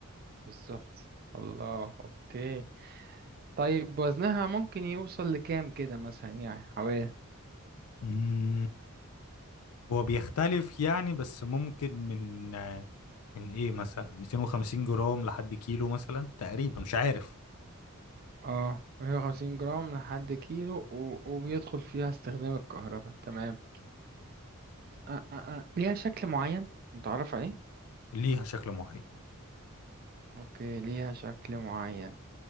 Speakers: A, on the right; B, on the left.
A: بالظبط الله اوكي طيب وزنها ممكن يوصل لكام كده مثلا يعني حوالي
B: مم، هو بيختلف يعني بس ممكن من آه، من ايه مثلا 250 جرام لحد كيلو مثلا تقريبا مش عارف
A: اه 150 جرام لحد كيلو و... وبيدخل فيها استخدام الكهرباء تمام آه آه آه. ليها شكل معين متعرف عليه
B: ليها شكل معين
A: اوكي ليها شكل معين